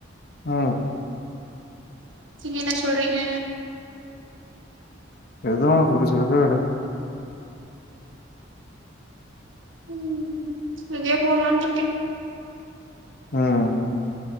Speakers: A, on the left; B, on the right.
A: ஆ
B: நீங்க என்ன சொல்றீங்க
A: எது ஒனக்கு புடிச்சிருக்கோ எடு
B: ம் ம் இதே போலான்ட்டுருக்கே
A: ம்